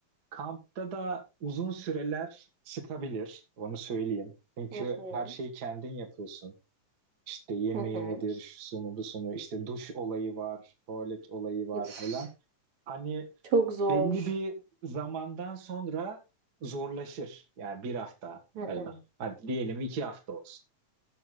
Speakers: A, on the right; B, on the right.
A: kampta da uzun süreler sıkabilir onu söyleyeyim. Çünkü
B: Hı hı.
A: her şeyi kendin yapıyorsun. İşte yemeği
B: Hı hı.
A: nedir, şusunu busunu, işte duş olayı var, tuvalet olayı var
B: Uf.
A: falan. Hani
B: çok zor.
A: belli bir zamandan sonra zorlaşır. Yani bir hafta
B: Hı
A: falan.
B: hı.
A: Hadi diyelim iki hafta olsun.